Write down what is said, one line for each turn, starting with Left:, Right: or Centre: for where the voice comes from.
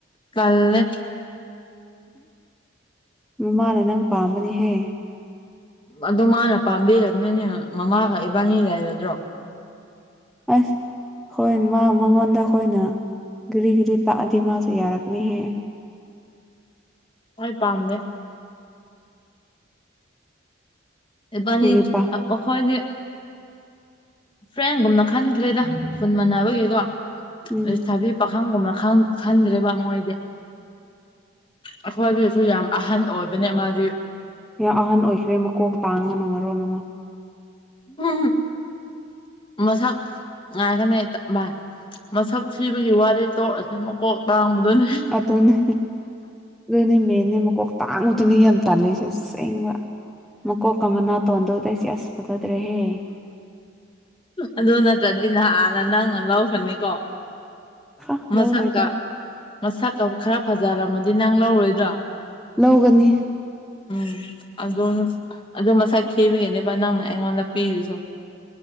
Left: ꯇꯜꯂꯦ
Centre: ꯃꯃꯥꯅ ꯅꯪ ꯄꯥꯝꯕꯅꯤꯍꯦ
Left: ꯑꯗꯣ ꯃꯥꯅ ꯄꯥꯝꯕꯤꯔꯝꯗ꯭ꯔꯥꯗꯤ ꯃꯃꯥꯒ ꯏꯕꯥꯅꯤ ꯂꯩꯒꯗ꯭ꯔꯣ
Centre: ꯑꯁ ꯍꯣꯏ ꯃꯥ ꯃꯉꯣꯟꯗ ꯑꯩꯈꯣꯏꯅ ꯒꯦꯔꯤ ꯒꯦꯔꯤ ꯇꯥꯛꯑꯗꯤ ꯃꯥꯁꯨ ꯌꯥꯔꯛꯀꯅꯤꯍꯦ
Left: ꯑꯩ ꯄꯝꯗꯦ ꯢꯕꯥꯅꯤ
Centre: ꯀꯔꯤꯒꯤꯄꯥ
Left: ꯑꯩꯈꯣꯢꯒꯤ ꯐ꯭ꯔꯦꯟꯒꯨꯝꯅ ꯈꯟꯈ꯭ꯔꯦꯗ ꯈꯨꯟ ꯃꯥꯟꯅꯕꯒꯤꯀꯣ
Centre: ꯎꯝ
Left: ꯂꯩꯁꯥꯕꯤ ꯄꯥꯈꯪꯒꯨꯝꯅ ꯈꯟ ꯈꯟꯗ꯭ꯔꯦꯕ ꯃꯣꯏꯗꯤ ꯑꯩꯈꯣꯏꯗꯒꯤꯁꯨ ꯌꯥꯝ ꯑꯍꯟ ꯑꯣꯏꯕꯅꯦ ꯃꯥꯗꯤ
Centre: ꯌꯥꯜ ꯑꯍꯟ ꯑꯣꯏꯈ꯭ꯔꯦ ꯃꯀꯣꯛ ꯇꯥꯡꯉꯥꯅ ꯃꯔꯣꯟ ꯑꯃ
Left: ꯎꯝ ꯃꯁꯛ ꯉꯥꯏꯒꯣꯅꯦ ꯚꯥꯏ ꯃꯁꯛ ꯊꯤꯕꯒꯤ ꯋꯥꯗꯤ ꯇꯣꯛꯑꯁꯤ ꯃꯀꯣꯛ ꯇꯥꯡꯕꯗꯨꯅꯦ
Centre: ꯑꯗꯨꯅꯦ ꯑꯗꯨꯅꯦ ꯃꯦꯟꯅꯦ ꯃꯀꯣꯛ ꯇꯥꯡꯕꯗꯨꯅꯤ ꯌꯥꯝ ꯇꯜꯂꯤꯁꯦ ꯑꯁꯦꯡꯕ ꯃꯀꯣꯛꯀ ꯑꯃꯅꯥꯇꯣꯟꯗꯣ ꯑꯩꯁ ꯑꯁ ꯐꯖꯗ꯭ꯔꯦꯍꯦ
Left: ꯑꯗꯨ ꯅꯠꯇ꯭ꯔꯗꯤ ꯅꯍꯥꯟꯅ ꯅꯪꯅ ꯂꯧꯈ꯭ꯔꯅꯤꯀꯣ
Centre: ꯍꯥ
Left: ꯃꯁꯛꯀ
Centre: ꯂꯧꯔꯣꯏꯗ
Left: ꯃꯁꯛꯀ ꯈꯔ ꯐꯖꯔꯝꯃꯗꯤ ꯅꯪ ꯂꯧꯔꯣꯏꯗ꯭ꯔꯣ
Centre: ꯂꯧꯒꯅꯤ
Left: ꯎꯝ ꯑꯗꯨ ꯑꯗꯨ ꯃꯁꯥꯛ ꯊꯤꯕꯒꯤꯅꯦꯕ ꯅꯪꯅ ꯑꯩꯉꯣꯟꯗ ꯄꯤꯔꯤꯁꯦ